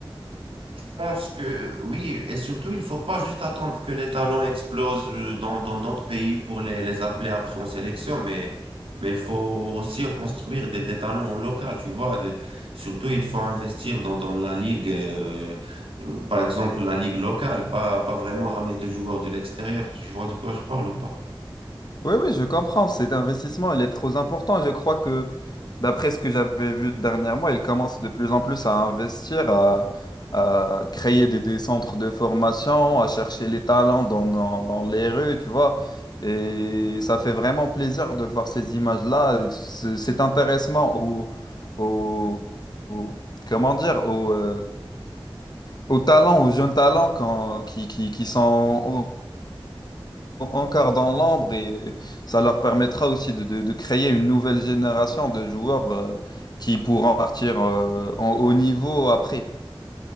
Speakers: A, on the right; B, on the left.
A: pense que oui, et surtout, il faut pas juste attendre que les talents explosent euh, dans, dans d'autres pays pour les, les appeler après en sélection, mais, mais il faut aussi construire des, des talents au local, tu vois. de- surtout, il faut investir dans, dans la ligue, euh, euh, par exemple, la ligue locale, pas, pas vraiment ramener des joueurs de l'extérieur, tu vois de quoi je parle ou pas?
B: Oui, oui, je comprends. Cet investissement, il est trop important. Je crois que D'après ce que j'avais vu dernièrement, ils commencent de plus en plus à investir, à, à créer des, des centres de formation, à chercher les talents dans, dans- dans les rues, tu vois. Et ça fait vraiment plaisir de voir ces images-là, ce- cet intéressement au, au- au- comment dire, au, euh, aux talents, aux jeunes talents quand- qui, qui, qui sont encore dans l'ombre et euh, ça leur permettra aussi de, de- de créer une nouvelle génération de joueurs euh, qui pourront partir euh, en haut niveau après.